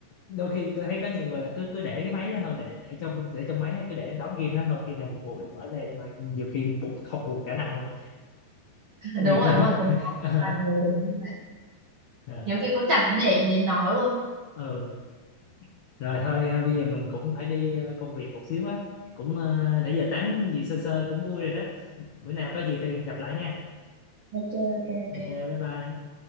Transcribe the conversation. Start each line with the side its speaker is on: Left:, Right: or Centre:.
Left: đôi khi tôi thấy có nhiều người là cứ cứ để cái máy đó thôi để để trong để trong máy á, cứ để em đóng game đó thôi khi nào buồn buồn mình mở ra nhưng mà nhiều khi buồn, không buồn cả năm luôn <laughs> á.
Right: <laughs>
Left: nhiều
Right: đúng rồi
Left: khi
Right: đúng rồi cũng
Left: <laughs>
Right: có
Left: ờ
Right: vài người đấy như vậy
Left: ờ.
Right: nhiều khi cũng chẳng để ý đến nó luôn
Left: ừ. rồi thôi à, bây giờ mình cũng phải đi à, công việc một xíu á cũng à, nãy giờ tám gì sơ sơ cũng vui rồi đó bữa nào có gì thì gặp lại nha
Right: ok ok ok
Left: ok bye bye